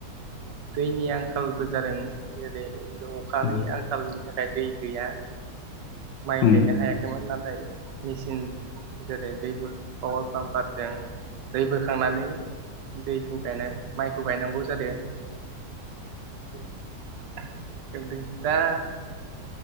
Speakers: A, on the right; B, on the left.
A: दैनि आंखालबो जादों जेरै अखानि
B: उम
A: आंखालनि थाखाय दै गैया माइ
B: उम
A: गायनो हायाखैमोन नाथाय मेसिन जेरै दै पावार पाम्पारजों दै बोखांनानै दैखौ गायना माइखौ गायनांगौ जादो
B: <inaudible>
A: <unintelligible> दा